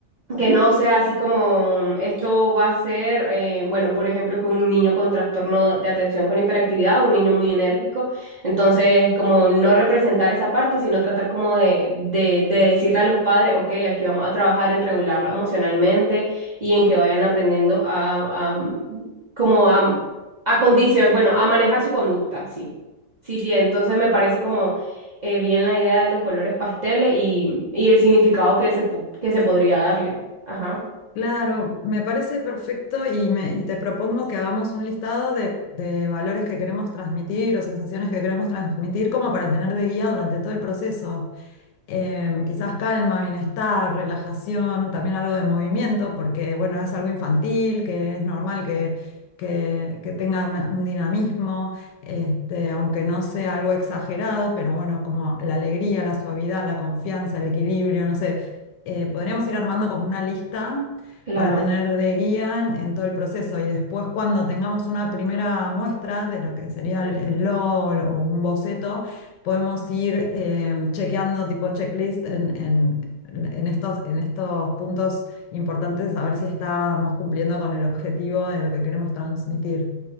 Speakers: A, on the right (about 35°); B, on the left (about 80°).
A: que no sea así como esto va a ser, eh, bueno, por ejemplo, que un niño con trastorno de atención con hiperactividad, un niño muy enérgico, entonces como no representar esa parte, sino tratar como de, de, de decirle a los padres, ok, aquí vamos a trabajar en regularlo emocionalmente y en que vayan aprendiendo a, a, mm, como a, a condicio- bueno, a manejar su conducta, sí. Sí, sí, entonces me parece como eh, bien la idea de los colores pasteles y, y el significado que se, po- que se podría darle. Ajá,
B: Claro, me parece perfecto y, me, y te propongo que hagamos un listado de, de valores que queremos transmitir o sensaciones que queremos transmitir como para tener de guía durante todo el proceso. Em, quizás calma, bienestar, relajación, también algo de movimiento, porque bueno, es algo infantil, que es normal que, que, que tenga una- un dinamismo, este, aunque no sea algo exagerado, pero bueno, como la alegría, la suavidad, la confianza, el equilibrio, no sé, Eh, podríamos ir armando como una lista
A: claro.
B: para tener de guía en, en todo el proceso. Y después, cuando tengamos una primera muestra de lo que sería el, el logo o un boceto, podemos ir eh, chequeando tipo checklist en, en- en estos, en estos puntos importantes, a ver si estamos cumpliendo con el objetivo de lo que queremos transmitir.